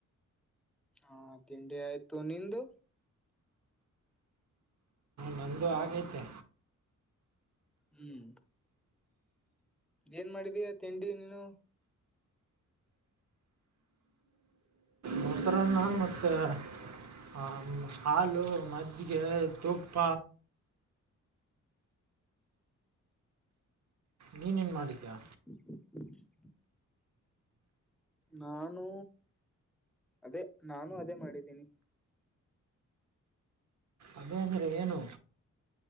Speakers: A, in the centre; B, on the right (about 65°).
A: ಹಾ ತಿಂಡಿ ಆಯ್ತು ನಿಂದು
B: ನಂದು ಆಗೈತೆ
A: ಹ್ಮ್ ಏನ್ ಮಾಡಿದೀಯ ತಿಂಡಿ ನೀನು
B: ಮೊಸರನ್ನ ಮತ್ತ ಹ ಹಾಲು ಮಜ್ಜಿಗೆ ತುಪ್ಪ ನೀನೇನು ಮಾಡಿದಯಾ
A: <unintelligible> ನಾನು ಅದೇ ನಾನು ಅದೇ ಮಾಡಿದ್ದೀನಿ
B: ಅದೇ ಅಂದ್ರೆ ಏನು